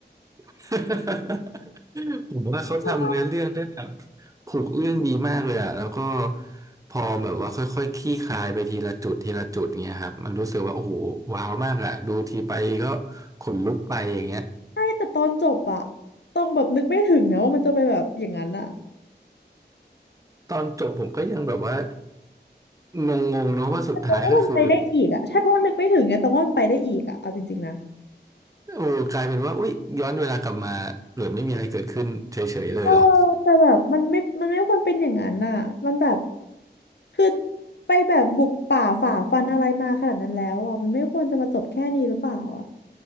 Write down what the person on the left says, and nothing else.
ใช่ปะ
ใช่แต่ตอนจบอะต้องแบบนึกไม่ถึงนะว่ามันจะไปแบบอย่างนั้นอะ
แต่ตองว่ามันไปได้อีกอะใช่เพราะว่านึกไม่ถึงไงตองว่ามันไปได้อีกอะเอาจริงๆนะ
เออแต่แบบมันไม่มันไม่ควรเป็นอย่างนั้นน่ะมันแบบคือไปแบบบุกป่าฝ่าฟันอะไรมาขนาดนั้นแล้วอ่ะมันไม่ควรจะมาจบแค่นี้หรือเปล่าอ่ะ